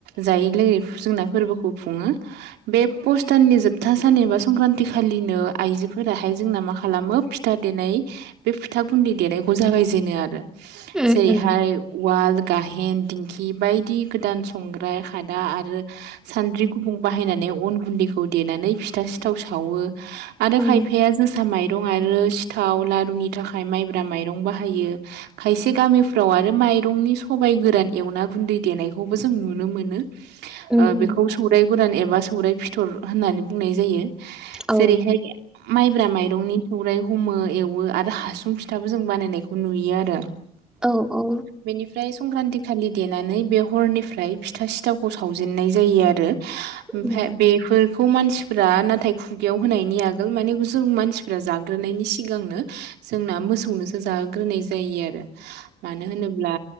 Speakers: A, on the right; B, in the centre.
A: जायै लोङै जोंना फोरबोखौ खुङो। बे पुस दाननि जोबथा सान एबा संक्रान्ति खालिनो आइजोफोराहाय जोंना मा खालामो पि था देनाय बे फिथा गुन्दै देनायखौ जागायजेनो आरो
B: उम
A: जेरैहाय
B: उम
A: उवाल गाहेन दिंखि बायदि गोदान संग्राय खादा आरो सान्द्रि गुबुं बाहायनानै गुदिखौ देनानै फिथा सिथाव सावो आरो खायफाया
B: औ
A: जो सा माइरं आरो सिथाव लारुनि थाखाय माइब्रा माइरं बाहायो। खायसे गामिफ्राव आरो माइरंनि सबायाइ गोरान एवना गुन्दै देनायखौबो जों नुनो मोनो।
B: उम
A: बेखौ
B: उम
A: सौराय गोरान एबा सौराय फिथर होननानै बुंनाय जायो।
B: औ
A: जेरैहाय माइब्रा माइरंनि सौराइ हमो एवो आरो हासुं फिथाबो जों बानायनायखौ नुयो आरो
B: औ औ।
A: बेनिफ्राय संक्रान्ति खालि देनानै बे हरनिफ्राय फिथा सिथावखौ सावजेननाय जायो आरो। ओमफ्राय
B: उम
A: बेफोर खौ मानसिफ्रा नाथाय खुगायाव होनायनि आगोल माने जों मानसिफ्रा जाग्रोनायनि सिगांनो जोंना मोसौनोसो जाहोग्रोनाय जायो आरो मानो होनोब्ला